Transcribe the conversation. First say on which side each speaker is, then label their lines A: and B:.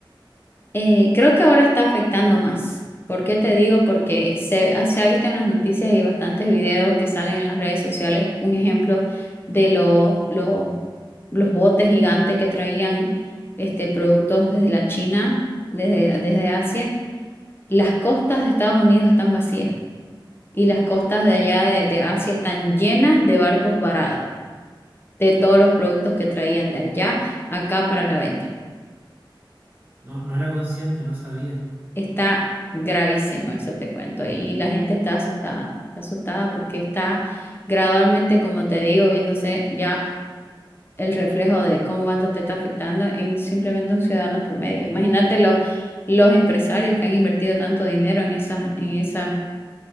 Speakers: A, on the left (about 25°); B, on the right (about 20°).
A: Eh, creo que ahora está afectando más. ¿Por qué te digo? Porque se, ha- se ha visto en las noticias y bastantes videos que salen en las redes sociales, un ejemplo de los, los, los botes gigantes que traían este, productos desde la China, desde, desde Asia. Las costas de Estados Unidos están vacías y las costas de allá de, de Asia están llenas de barcos varados de todos los productos que traían de allá acá para la venta.
B: No, no era consciente, no sabía.
A: Está gravísimo, eso te cuento. Y la gente está asustada, está asustada porque está gradualmente, como te digo, viéndose ya el reflejo de cómo cuánto te está afectando en simplemente un ciudadano promedio. Imagínate los, los empresarios que han invertido tanto dinero en esas, en esas,